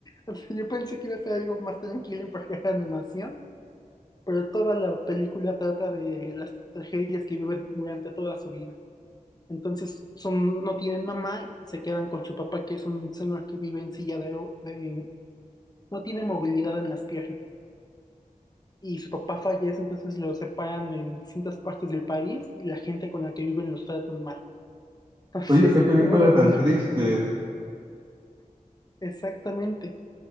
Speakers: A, on the left; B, on the right.
A: o sea, yo pensé que iba a ser algo más tranquilo porque era animación, pero toda la película trata de las tragedias que viven durante toda su vida. Entonces son, no tienen mamá y se quedan con su papá, que es un señor que vive en silla de, ru- de- no tiene movilidad en las piernas. Y su papá fallece, entonces lo separan en distintas partes del país y la gente con la que viven los tratan mal. <laughs> Entonces
B: oye, qué película
A: hubo un momento.
B: tan triste.
A: Exactamente.